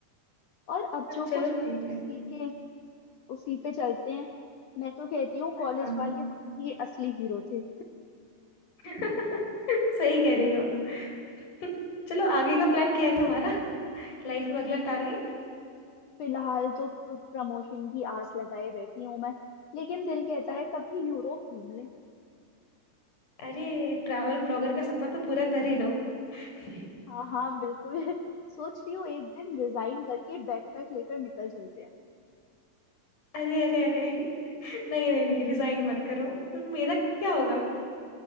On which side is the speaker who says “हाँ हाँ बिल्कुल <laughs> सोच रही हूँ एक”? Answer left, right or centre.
Left